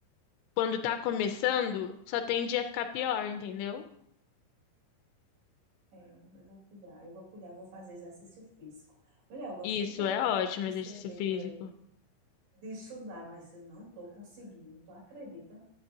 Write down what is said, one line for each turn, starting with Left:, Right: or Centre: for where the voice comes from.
Left: quando tá começando, só tende a ficar pior, entendeu?
Right: É, eu vou cuidar, eu vou cuidar, eu vou fazer exercício físico. Mulher, eu gosto
Left: Isso
Right: tanto
Left: é ótimo,
Right: de
Left: exercício
Right: escrever
Left: físico.
Right: e ler. de estudar, mas eu não estou conseguindo, tu acredita?